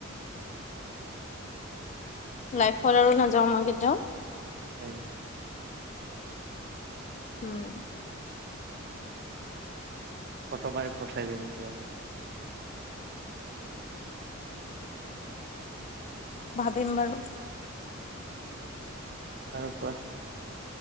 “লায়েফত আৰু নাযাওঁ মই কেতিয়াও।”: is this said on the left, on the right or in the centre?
Left